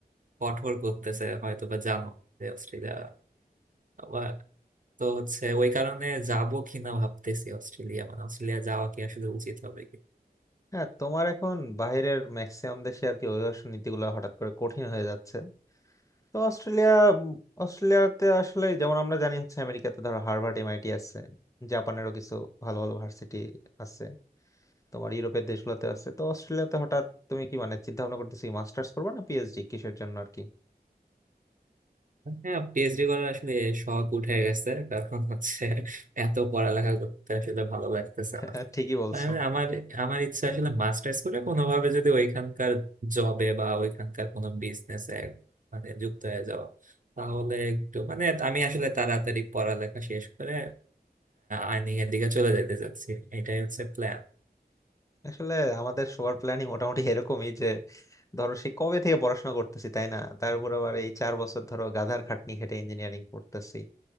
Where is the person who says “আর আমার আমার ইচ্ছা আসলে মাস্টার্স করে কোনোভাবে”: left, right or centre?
Right